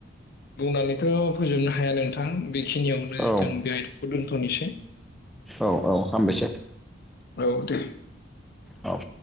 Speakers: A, on the left; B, in the centre.
A: बुंनानैथ' फोजोबनो हाया नोंथां बेखिनियावनो
B: औ
A: जों बे आयदखौ दोन्थ'नोसै।
B: औ औ हामबायसै।
A: औ दे।
B: औ